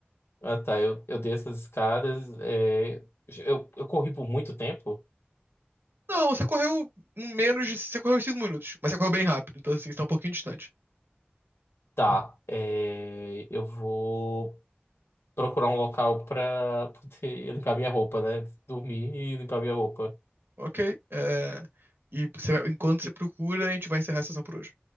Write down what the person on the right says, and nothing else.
Não, você correu em menos de. Você correu em cinco minutos, mas você correu bem rápido, então assim, você tá um pouquinho distante.
Ok. é, E você- enquanto você procura, a gente vai encerrar a sessão por hoje.